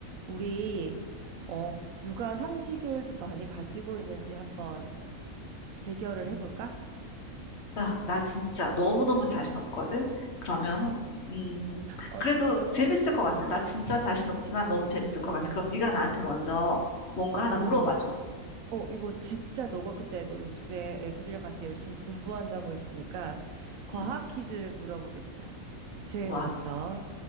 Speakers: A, on the right; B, on the left.
A: 우리 어 누가 상식을 좀 많이 가지고 있는지 한번 대결을 해볼까?
B: 아, 나 진짜 너무너무 자신
A: 음.
B: 없거든? 그러면, 음,
A: 어
B: 그래도
A: 진짜?
B: 재밌을 것
A: 어.
B: 같아. 나 진짜 자신 없지만 너무 재밌을 것
A: 음.
B: 같아. 그럼 네가 나한테 먼저 뭔가 하나
A: 음.
B: 물어봐줘.
A: 어 이거 진짜 너가 근데 너 요즘에 애들이랑 같이 열심히 공부한다고 했으니까 과학
B: 응,
A: 퀴즈를 물어보겠어. 제일
B: 와,
A: 먼저